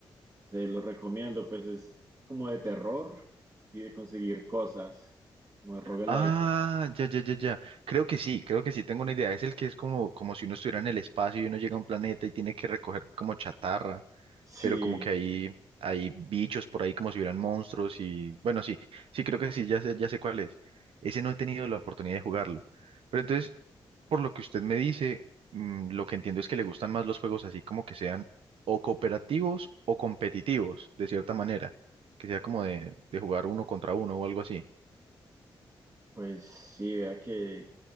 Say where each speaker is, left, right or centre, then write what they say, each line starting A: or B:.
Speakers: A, on the right (about 35°); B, on the right (about 75°).
A: Se lo recomiendo, pues es como de terror y de conseguir cosas, como de roguelike.
B: Ah, ya, ya, ya, ya. Creo que sí, creo que sí, tengo una idea. Es el que es como, como si uno estuviera en el espacio y uno llega a un planeta y tiene que recoger como chatarra.
A: Sí,
B: pero como que hay, hay bichos por ahí como si hubieran monstruos y bueno, sí, sí creo que sí, ya sé, ya sé cuál es. Ese no he tenido la oportunidad de jugarlo. Pero entonces, por lo que usted me dice, mm, lo que entiendo es que le gustan más los juegos así como que sean o cooperativos o competitivos, de cierta manera, que sea como de, de jugar uno contra uno o algo así.
A: pues sí, vea que,